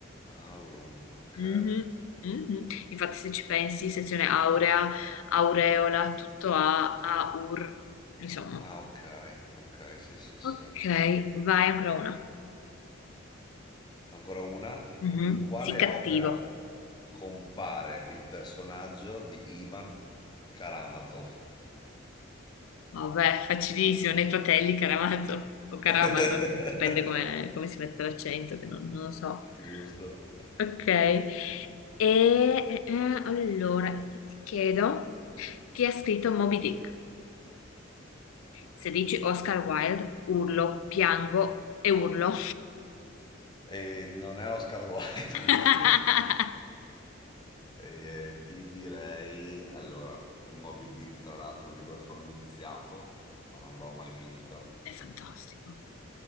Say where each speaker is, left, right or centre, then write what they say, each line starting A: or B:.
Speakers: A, on the left; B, on the left.
A: Aurum, ok.
B: Mhm, mhm. Infatti, se ci pensi, sezione aurea, aureola, tutto A, aur, insomma.
A: Ah, ok, ok, sì, sì, sì.
B: Ok, vai ancora una.
A: Ancora una.
B: Mhm,
A: In quale
B: Sì, cattivo.
A: opera compare il personaggio di Ivan Karamazov?
B: Vabbè, facilissimo, nei fratelli Caramazo o Caramazo,
A: <laughs>
B: dipende come, come si mette l'accento, che non, non lo so.
A: Giusto.
B: Ok, e eh, eh, allora io ti chiedo chi ha scritto Moby Dick? Se dici Oscar Wilde, urlo, piango e urlo.
A: E non è Oscar Wilde,
B: <laughs>
A: <laughs> quindi. E ti direi, allora, Moby Dick, tra l'altro, un libro che ho iniziato, ma non l'ho mai finito.
B: È fantastico.